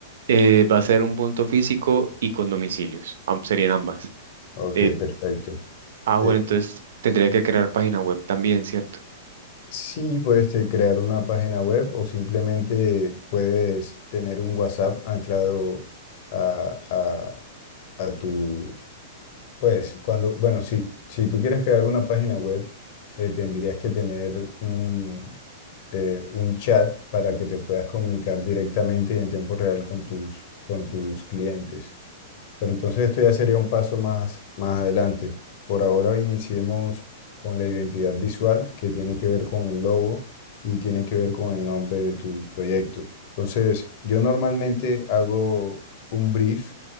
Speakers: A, on the right; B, on the left.
A: Eh, va a ser un punto físico y con domicilios. am- serían ambas.
B: Ok,
A: Eh,
B: perfecto.
A: Ah, bueno,
B: Eh,
A: entonces tendría que crear página web también, ¿cierto?
B: Sí, puedes este, crear una página web o simplemente puedes tener un WhatsApp anclado a, a- a tu, pues cuando, bueno, sí, si tú quieres crear una página web, eh, tendrías que tener un, eh, un chat para que te puedas comunicar directamente y en tiempo real con tus, con tus clientes. Pero entonces esto ya sería un paso más, más adelante. Por ahora iniciemos con la identidad visual, que tiene que ver con el logo y tiene que ver con el nombre de tu proyecto. Entonces, yo normalmente hago un brief.